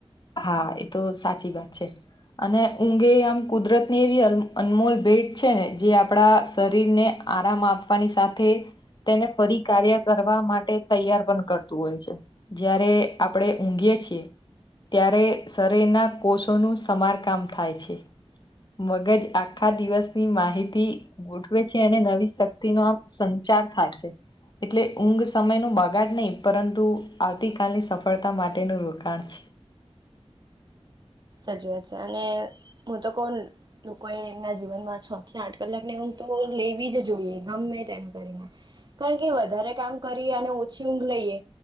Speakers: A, on the left (about 45°); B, on the right (about 40°).
A: હા એ તો સાચી વાત છે. અને ઊંઘે આમ કુદરત ની એવી અનમોલ ભેટ છે ને જે આપણા શરીરને આરામ આપવાની સાથે તેને ફરી કાર્ય કરવા માટે તૈયાર પણ કરતું હોય છે જયારે આપડે ઊંઘીય છીએ ત્યારે શરીરના કોષોનું સમારકામ થાય છે. મગજ આખા દિવસની માહિતી. ગોઠવે છે અને નવી શક્તિ નો આમ સંચાર થાય છે. એટલે ઊંઘ સમયનું બગાડ નહીં પરંતુ આવતીકાલની સફળતા માટેનું રોકાણ છે.
B: હાચી વાત છે અને હું તો કોણ લોકો એ એમના જીવનમાં છ થી આઠ કલાક ને હું તો લેવી જ જોઈએ ગમે તેમ કરીને. કારણ કે વધારે કામ કરીએ અને ઓછી ઊંઘ લઈએ